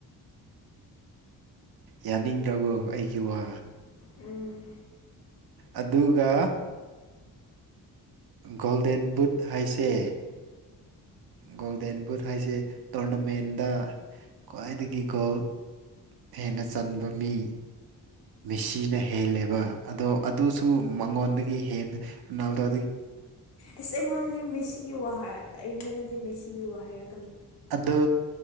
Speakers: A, on the right; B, on the left.
A: ꯌꯥꯅꯤꯡꯗ꯭ꯔꯕꯣ ꯑꯩꯒꯤ ꯋꯥ
B: ꯎꯝ
A: ꯑꯗꯨꯒ ꯒꯣꯜꯗꯦꯟ ꯕꯨꯠ ꯍꯥꯏꯁꯦ ꯒꯣꯜꯗꯦꯟ ꯕꯨꯠ ꯍꯥꯏꯁꯦ ꯇꯣꯔꯅꯥꯃꯦꯟꯗ ꯈ꯭ꯋꯥꯏꯗꯒꯤ ꯒꯣꯜ ꯍꯦꯟꯅ ꯆꯟꯕ ꯃꯤ ꯃꯤꯦꯁꯤꯅ ꯍꯦꯜꯂꯦꯕ ꯑꯗꯣ ꯑꯗꯨꯁꯨ ꯃꯉꯣꯟꯗꯒꯤ ꯍꯦꯟꯣꯅꯥꯜꯗꯣ
B: ꯑꯁ ꯑꯩꯉꯣꯟꯗꯗꯤ ꯃꯦꯁꯤꯒꯤ ꯋꯥꯍ ꯑꯩꯉꯣꯟꯗꯗꯤ ꯃꯦꯁꯤꯒꯤ ꯋꯥꯍꯩꯔ
A: ꯑꯗ